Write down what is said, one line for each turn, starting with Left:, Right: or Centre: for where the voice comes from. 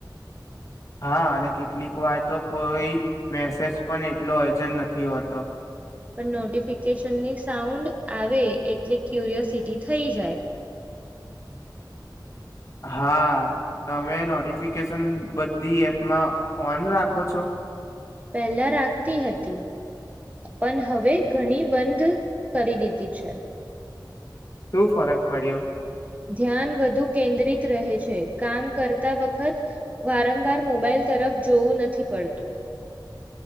Left: હા અને કેટલીક વાર તો કોઈ મેસેજ પણ એટલો અર્જન્ટ નથી હોતો.
Right: પણ નોટિફિકેશનની સાઉન્ડ આવે એટલે ક્યુરિયોસિટી થઈ જાય.
Left: હા તમે નોટિફિકેશન બધી એપમાં ઓન રાખો છો?
Right: પહેલા રાખતી હતી પણ હવે ઘણી બંધ કરી દીધી છે.
Left: શું ફરક પડ્યો?
Right: ધ્યાન વધુ કેન્દ્રિત રહે છે, કામ કરતા વખત વારંવાર મોબાઈલ તરફ જોવું નથી પડતું.